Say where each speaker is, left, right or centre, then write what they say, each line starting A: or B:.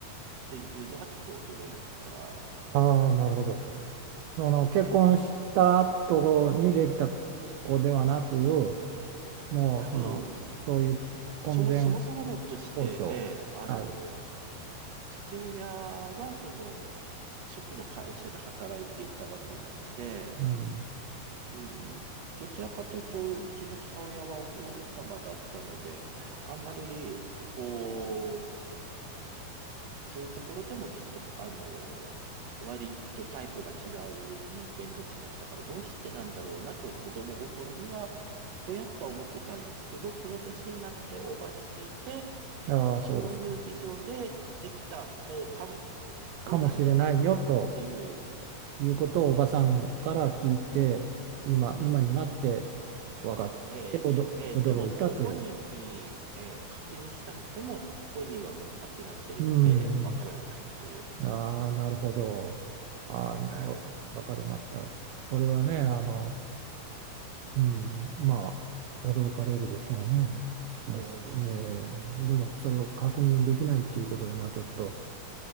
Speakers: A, on the right (about 60°); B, on the right (about 75°).
A: ていうのがちょっと驚いた。
B: ああーなるほどその結婚した後にできた
A: ええ
B: 子ではなく、もうそのそういう婚前
A: 多分、そもそもそも論として、
B: 交渉、
A: ええあの、
B: はい、
A: 父親は、その、祖父の会社で働いていたわけなので、
B: うん、
A: うん、どちらかというと、うちの母親はお嬢様だったので、あんまり、こう、そういうところでもちょっと、あの、割とタイプが違う人間同士だったから、どうしてなんだろうなと子供心には、ぽやっとは思ってたんですけど、この年になっておばに聞いて、
B: ああ、
A: そういう事情でできた子かも、
B: そうですか、
A: これなんじゃないかなっていう、
B: かもしれないよということをおばさんから聞いて、今、今になって分かっておど驚いたという。
A: えーいいえーでももう本人に、えー確認したくても、本人はもう亡くなってるので、
B: うん
A: わからないという。
B: うん、ああ、なるほど。ああ、なるほどわかりました。
A: はい。
B: それはね、あの、うん、まあ、驚かれるでしょうね。もし、
A: えー
B: えーでもそれを確認できないっていうことで、まあ、ちょっと、